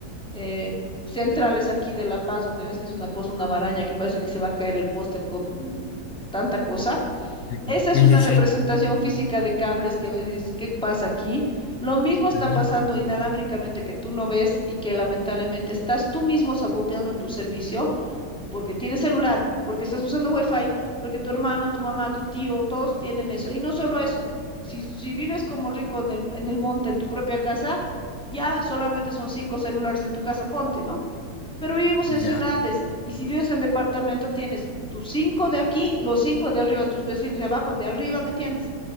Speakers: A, in the centre; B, on the left.
A: eh, centrales aquí de La Paz, donde ves que es una cosa, una maraña que parece que se va a caer el poste con mm, tanta cosa.
B: Sí,
A: Esa es
B: sí,
A: una representación
B: sí.
A: física de cables que ves y dices, ¿qué pasa aquí? Lo mismo está
B: Ah,
A: pasando inalámbricamente que tú no ves y que lamentablemente estás tú mismo saboteando tu servicio porque tienes celular, porque estás usando wifi, porque tu hermano, tu mamá, tu tío, todos tienen eso. Y no solo eso, si, si vives como rico en el, en el monte, en tu propia casa, ya solamente son cinco celulares en tu casa, ponte, ¿no? pero vivimos
B: ya.
A: en ciudades y si vives en departamento tienes tus cinco de aquí, los cinco de arriba, tus vecinos de abajo, de arriba, ¿me entiendes?